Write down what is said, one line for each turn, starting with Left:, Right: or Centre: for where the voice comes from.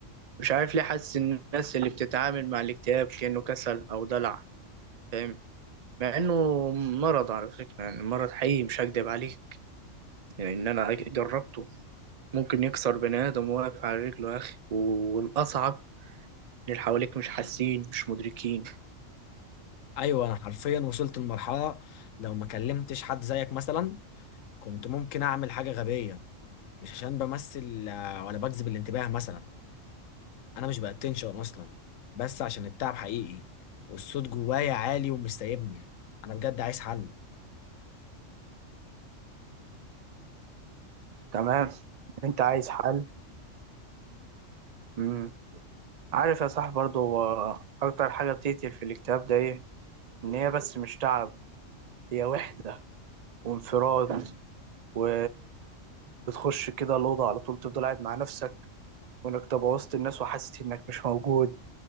Right: مش عارف ليه حاسس إن الناس اللي بتتعامل مع الاكتئاب كأنه كسل او دلع فاهم مع انه مرض على فكرة يعني مرض حقيقي مش هكدب عليك يعني ان انا جربته ممكن يكسر بني آدم واقف على رجله يا أخي والأصعب إن اللي حواليك مش حاسين مش مدركين
Left: ايوه انا حرفيا وصلت لمرحله لو ما كلمتش حد زيك مثلا كنت ممكن اعمل حاجه غبيه مش عشان بمثل آه، ولا بجذب الانتباه مثلا انا مش باتنشن اصلا بس عشان التعب حقيقي والصوت جوايا عالي ومش سايبني انا بجد عايز حل
Right: تمام انت عايز حل مم. عارف يا صاحبي برضو هو اكتر حاجة بتقتل في الاكتئاب ده ايه ان هي بس مش تعب هي وحدة وانفراد و بتخش كده الأوضة على طول تفضل قاعد مع نفسك وإنك تبقى وسط الناس وحاسس إنك مش موجود